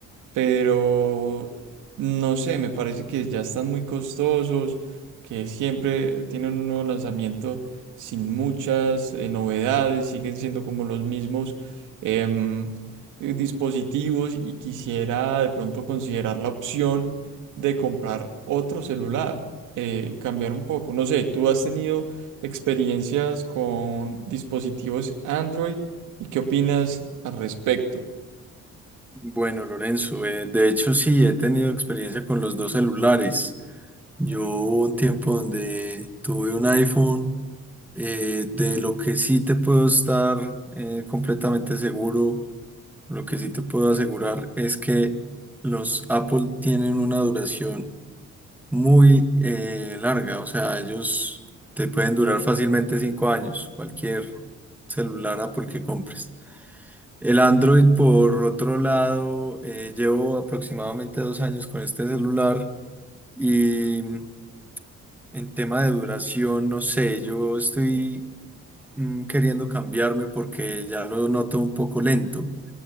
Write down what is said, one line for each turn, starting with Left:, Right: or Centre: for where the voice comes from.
Right: pero no sé, me parece que ya están muy costosos, que siempre tienen un nuevo lanzamiento sin muchas eh, novedades, siguen siendo como los mismos em, eh, dispositivos y quisiera de pronto considerar la opción de comprar otro celular, eh, cambiar un poco. No sé, ¿tú has tenido experiencias con dispositivos Android y qué opinas al respecto?
Centre: Bueno, Lorenzo, eh, de hecho sí, he tenido experiencia con los dos celulares. Yo hubo un tiempo donde tuve un iPhone, eh, de lo que sí te puedo estar eh, completamente seguro, lo que sí te puedo asegurar es que los Apple tienen una duración muy eh, larga, o sea, ellos te pueden durar fácilmente cinco años, cualquier celular Apple que compres. El Android, por otro lado, eh, llevo aproximadamente dos años con este celular y mm, en tema de duración, no sé, yo estoy mm, queriendo cambiarme porque ya lo noto un poco lento,